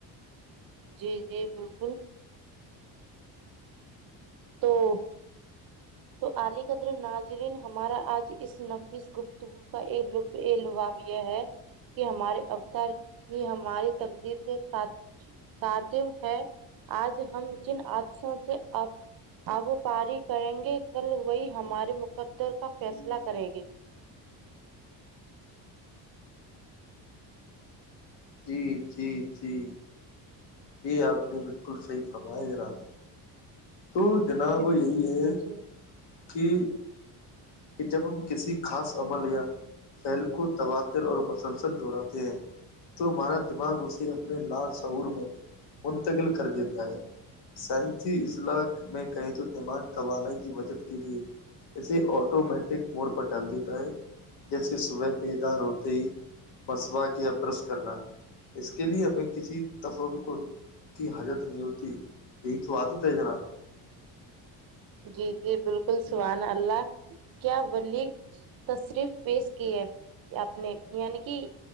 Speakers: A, on the right; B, on the left.
A: جی جی بالکل
B: <inaudible>
A: تو تو علی قدر ناظرین ہمارا آج اس نفیس گپت ہو کا لاو یہ ہے کہ ہمارے اوتار ہی ہماری تقدیر کے سھ کاتب ہے آج ہم جن حادسوں سے اب وہ پاری کریں گے کل وہی ہمارے مقدر کا فیصلہ کریں گے
B: جی جی جی یہ آپ نے بالکل صحی فرمایا جناب تو جناب
A: گے
B: یہی ہے کہ کہ جب ہم کسی خاص عمل یا پھیل کو تباتر اور مسلسل دہراتے ہیں تو ہمارا دماغ اسے اپنے لااتصعور میں منتقل کر دیتا ہے سائنسی اضلاع میں کہیں تو دماغ توانائی کی وجد کے لئے اسے آٹومیٹک موڈ پر ڈال دیتا ہے جیسے صبح بیدار ہوتے ہی بسوا کے ا برس کرنا اس کے لیے ہمیں کسی تفر کو کی حجت نہیں ہوتی یہی تو آات ہوتا ہے جناب
A: جی جی بالکل سوان اللہ کیا بلی تشریف پیش کی ہے آپ نے یعنی کہ